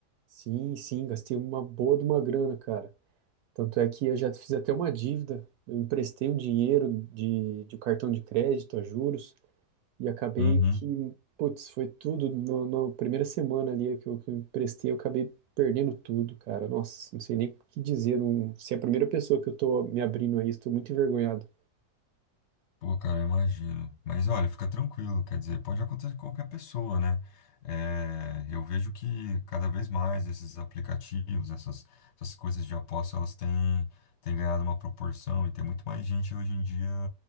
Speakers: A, on the right (about 70°); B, on the left (about 60°).
A: Sim, sim, gastei uma boa de uma grana, cara. Tanto é que eu já fiz até uma dívida. Eu emprestei um dinheiro de, de um cartão de crédito a juros. E acabei
B: Uhum.
A: que, putz, foi tudo no- na primeira semana ali que eu, que eu emprestei, eu acabei perdendo tudo, cara. Nossa, não sei nem o que dizer. Não, se é a primeira pessoa que eu tô me abrindo a isso, tô muito envergonhado.
B: Pô, cara, eu imagino. Mas olha, fica tranquilo, quer dizer, pode acontecer com qualquer pessoa, né? É, eu vejo que cada vez mais esses aplicativos, essas, essas coisas de aposta, elas têm, têm ganhado uma proporção e tem muito mais gente hoje em dia